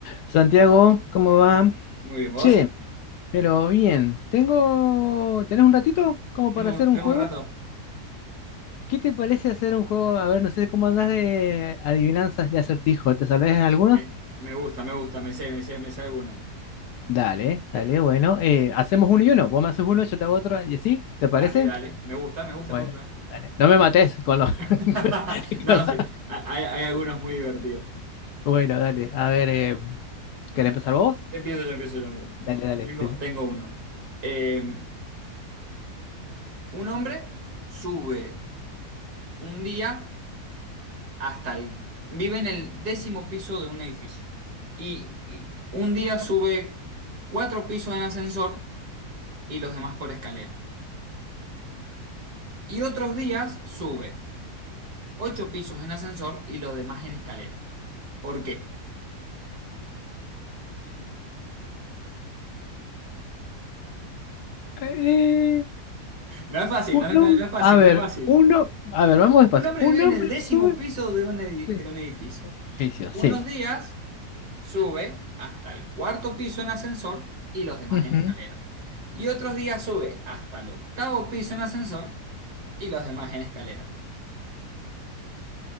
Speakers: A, on the left; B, on the right.
A: Santiago, ¿cómo va?
B: Muy bien, ¿vos?
A: Che, pero bien, tengo... ¿Tenés un ratito como
B: Tengo,
A: para hacer
B: un-
A: un
B: tengo
A: juego?
B: un rato.
A: ¿Qué te parece hacer un juego? A ver, no sé cómo andás de adivinanzas de acertijo. ¿Te sabés algunos?
B: Me, me gusta, me gusta, me sé, me sé, me sé alguna.
A: Dale,
B: Eh,
A: dale, bueno. eh, hacemos uno y uno. Vos me haces uno, yo te hago otro y así. ¿Te
B: dale,
A: parece?
B: dale. Me gusta, me gusta,
A: Bueno,
B: me gusta.
A: dale. No me mates con los... <laughs>
B: <laughs> No,
A: con la-
B: sí. ha- Hay, hay algunos muy divertidos.
A: Bueno, dale. A ver, eh, ¿querés empezar vos?
B: Empiezo yo, empiezo yo, mira.
A: Dale, dale.
B: Tengo,
A: sí, sí.
B: tengo uno. Eh, un hombre sube un día hasta el... Vive en el décimo piso de un edificio. Y un día sube cuatro pisos en ascensor y los demás por escalera. Y otros días sube ocho pisos en ascensor y los demás en escalera. ¿Por qué?
A: Eh,
B: No es fácil,
A: un
B: no, no-
A: hom-
B: no es fácil,
A: A ver,
B: no es fácil.
A: uno... A ver, vamos despacio.
B: Un hombre
A: Un
B: vive
A: hombre
B: en el décimo
A: sube...
B: piso de un edi-
A: sí.
B: de un edificio.
A: Juicio,
B: Unos
A: sí.
B: días sube hasta el cuarto piso en ascensor y los demás
A: Ujú.
B: en escalera. Y otros días sube hasta el octavo piso en ascensor y los demás en escalera.